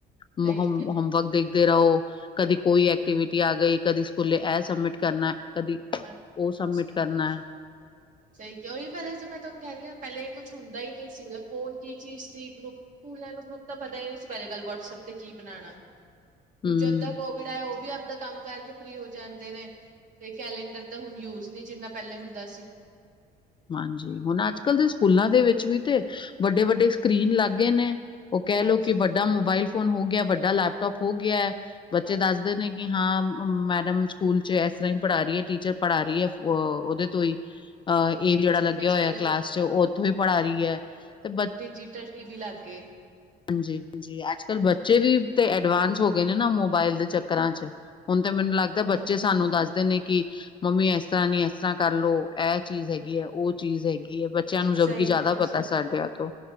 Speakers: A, on the right (about 50°); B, on the left (about 30°).
A: ਸਹੀ
B: ਮ ਹੋਮਵਰਕ
A: ਹਾਂਜੀ-ਹਾਂਜੀ
B: ਦੇਖਦੇ ਰਹੋ, ਕਦੀ ਕੋਈ ਐਕਟੀਵਿਟੀ ਆ ਗਈ, ਕਦੀ ਸਕੂਲੇ ਐ ਸਬਮਿਟ ਕਰਨਾ ਕਦੀ
A: ਹਾਂਜੀ
B: ਉਹ
A: ਹਾਂਜੀ
B: ਸਬਮਿਟ
A: ਸਹੀ ਕੇਹਾ ਤੁਸੀ
B: <unintelligible>
A: ਸਹੀ ਕਿਹਾ, ਉਹੀ ਪਹਿਲੇ ਜੋ ਮੈਂ ਤੁਹਾਨੂੰ ਕਹਿ ਰਹੀ ਹ ਪਹਿਲੇ ਇਹ ਕੁਛ ਹੁੰਦਾ ਹੀ ਨਹੀਂ ਸੀ, ਮਤਲਬ ਫੌਣ ਕੀ ਚੀਜ਼ ਸੀ, ਗਰੁਪ ਸਕੂਲਾਂ ਨੂੰ ਗਰੁੱਪ ਤਾਂ ਪਤਾ ਹੀ ਨਹੀਂ ਸੀ, ਪਹਿਲੇ ਗੱਲ ਵਟਸਐਪ ਤੇ ਕੀ ਬਣਾਉਣਾ ਹੁਣ,
B: ਹੂੰ।
A: ਜਦਾਂ ਕੋਵਿਡ ਆਇਆ। ਉਹ ਵੀ ਆਪਣਾ ਕੰਮ ਕਰਕੇ ਫਰੀ ਹੋ ਜਾਂਦੇ ਨੇ। ਕੈਲਂਡਰ ਤਾਂ ਹੁਣ ਯੂਜ ਨਹੀਂ, ਜਿੰਨਾ ਪਹਿਲੇ ਹੁੰਦਾ ਸੀ
B: ਹਾਂਜੀ, ਹੁਣ ਅੱਜ ਕੱਲ੍ਹ ਦੇ ਸਕੂਲਾਂ ਦੇ ਵਿੱਚ ਵੀ ਤੇ ਵੱਡੇ ਵੱਡੇ ਸਕਰੀਨ ਲੱਗ ਗਏ ਨੇ ਉਹ ਕਹਿ
A: ਹਾਂਜੀ
B: ਲੋੋ ਕਿ ਵੱਡਾ ਮੋਬਾਇਲ ਫੋਨ ਹੋ ਗਿਆ, ਵੱਡਾ ਲੈਪਟੋਪ ਹੋ ਗਿਆ, ਬੱਚੇ
A: ਹਾਂਜੀ
B: ਦੱਸਦੇ ਨੇ ਕਿ ਹਾਂ ਮੈਡਮ ਸਕੂਲ ਚ ਇਸ ਤਰ੍ਹਾਂ ਹੀ ਪੜ੍ਹਾ ਰਹੀ ਹੈ, ਟੀਚਰ ਪੜ੍ਹਾ ਰਹੀ ਹੈ, ਉਹਦੇ ਤੋਂ ਹੀ ਅਹ
A: ਹਾਂਜੀ
B: ਏ ਜਿਹੜਾ ਲੱਗਿਆ
A: ਹਾਂਜੀ ਅੱਜ
B: ਹੋਇਆ
A: ਕੱਲ
B: ਕਲਾਸ ਚ, ਉਹ ਉੱਥੋਂ ਹੀ ਪੜ੍ਹਾ ਰਹੀ ਹੈ ਤੇ
A: ਡਿਜਿਟਲ ਵੀ ਲੱਗ ਗਏ
B: ਹਾਂਜੀ ਹਾਂਜੀ, ਅੱਜ ਕੱਲ੍ਹ
A: ਹਾਂਜੀ
B: ਬੱਚੇ ਵੀ ਤੇ ਐਡਵਾਂਸ ਹੋ ਗਏ ਨੇ ਨਾ ਮੋਬਾਇਲ ਦੇ ਚੱਕਰਾਂ ਚ, ਹੁਣ ਤੇ ਮੈਨੂੰ ਲੱਗਦਾ
A: ਹਾਂਜੀ
B: ਬੱਚੇ ਸਾਨੂੰ ਦੱਸਦੇ ਨੇ ਕਿ, ਮੰਮੀ ਇਸ ਤਰ੍ਹਾਂ ਨੀ ਇਸ ਤਰ੍ਹਾਂ ਕਰਲੋ, ਇਹ ਚੀਜ਼ ਹੈਗੀ ਹੈ, ਉਹ ਚੀਜ਼ ਹੈਗੀ ਐ, ਬੱਚਿਆਂ ਨੂੰ ਜਦਕਿ
A: ਸਹੀ
B: ਜ਼ਿਆਦਾ
A: ਕਿਹਾ
B: ਪਤਾ ਸਾ ਡਿਆਂ ਤੋਂ